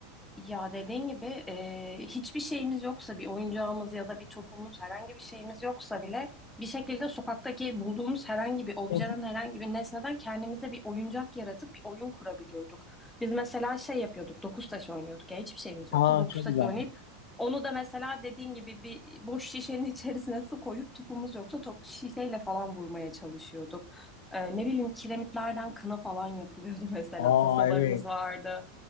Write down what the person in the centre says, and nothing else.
Ya dediğin gibi e, hiçbir şeyimiz yoksa bir oyuncağımız ya da bir topumuz herhangi bir şeyimiz yoksa bile bir şekilde sokaktaki bulduğumuz herhangi bir objeden
herhangi bir nesneden kendimize bir oyuncak yaratıp bir oyun kurabiliyorduk. Biz mesela şey yapıyorduk dokuz taş oynuyorduk ya hiçbir şeyimiz
yoksa dokuz
taş
oynayıp onu da mesela dediğin gibi bir boş şişenin <laughs> içerisine su koyup topumuz yoksa top, şişeyle falan vurmaya çalışıyorduk. E, ne bileyim kiremitlerden kına falan yapılıyordu <laughs> mesela
tasolarımız
vardı.